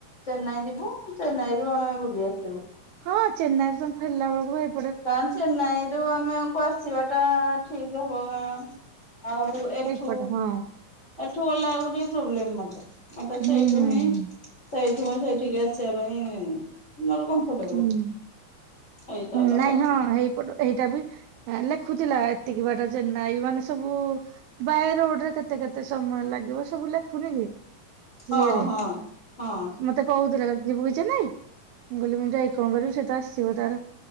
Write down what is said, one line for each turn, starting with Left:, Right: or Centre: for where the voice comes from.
Left: ଚେନ୍ନାଇ ଯିବୁ ଚେନ୍ନାଇରୁୁ ଆମେ ବୁଲି ଆସିବୁ।
Right: ହଁ ଚେନ୍ନାଇରେ ତମେ ଫେରିଲା ବେଳକୁ ଭାଇ
Left: କ ଚେନ୍ନାଇରୁ ଆମକୁ ଆସ ଆସିବା ଟା ଠିକ ହବ। କଣ ଆଉ ଏଠୁ
Right: ଏଇପଟେ ହଁ
Left: ଏଠୁ ଗଲାବେଳକୁ ଟିକେ ପ୍ରୋବ୍ଲେମ ମତେ। ମତେ
Right: ହୁଁ
Left: ସେଇଠୁ
Right: ହୁଁ ହୁଁ
Left: ହିଁ ସେଇଠି ମୁଁ ସେଇଠିକି ଆସିବା ପାଇଁ ମମର କଣ କରିବୁ
Right: ହୁଁ।
Left: ଏଇଟା
Right: ହୁଁ
Left: ହେଲା
Right: ନାଇଁ
Left: କ
Right: ହଁ ହେଇପଟ ଏଇଟା ବି ଲେଖୁଥିଲା। ଏତିକି ବାଟା ଚେନ୍ନାଇ ମାନେ ସବୁ ବାଇ ରୋଡରେ କେତେ କେତେ ସମୟ ଲାଗିବ ସବୁ ଲେଖୁନି କି?
Left: ହଁ
Right: ଇଏରେ
Left: ହଁ ହଁ।
Right: ମତେ କହୁଥିଲା ଯିବୁକି ଚେନ୍ନାଇ। ମୁଁ କହିଲି ମୁଁ ଯାଇକି କଣ କରିବି? ସେ ତ ଆସିବ ତାର